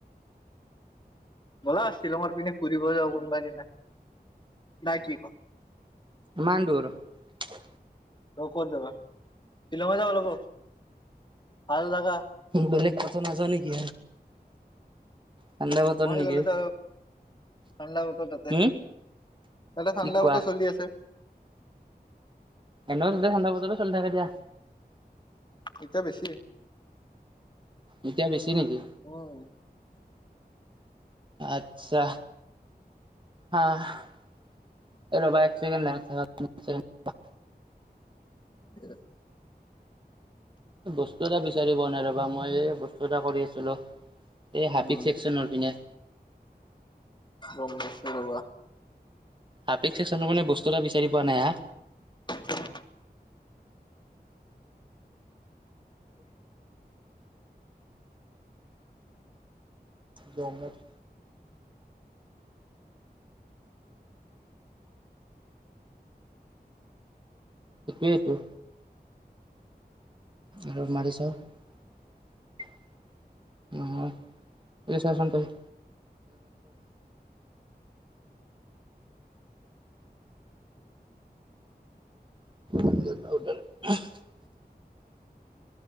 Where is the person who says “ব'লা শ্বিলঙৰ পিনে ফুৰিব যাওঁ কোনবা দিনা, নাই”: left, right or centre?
Left